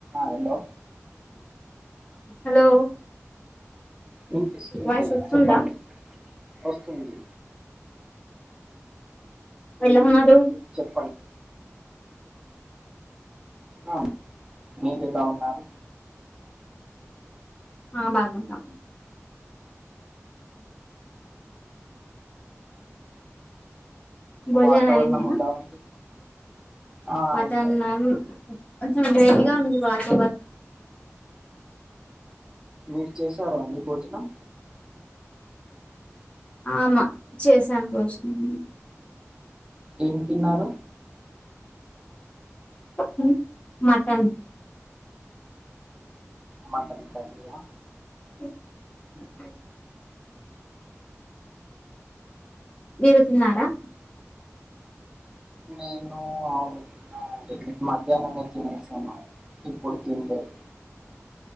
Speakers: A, on the right; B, on the left.
A: I నో
B: hello
A: విన్పిస్తుందీ
B: voice
A: చెప్పండి
B: ఉందా
A: వస్తుంది
B: ఎలా ఉన్నరు
A: చెప్పండి ఆ మీరెలా ఉన్నారు
B: ఆ బాగున్నా భోజనాల్
A: వాతావరణం
B: ఐనాయా
A: ఎలా ఉంది ఆ,
B: వాతావర్ణం
A: అయిందండి
B: కొంచెం వేడిగా ఉంది వాతావర్
A: మీర్ చేసారా అండి భోజనం
B: ఆ మా చేసాన్ భోజనం
A: ఏం తిన్నారు
B: ఉ హు మటన్
A: మటన్ కర్రీయా
B: <inaudible> మీరు తిన్నారా
A: నేనూ ఔను తిన్నానండి నేన్ మధ్యానమే తినేసాను ఇప్పుడు తిన్లేదు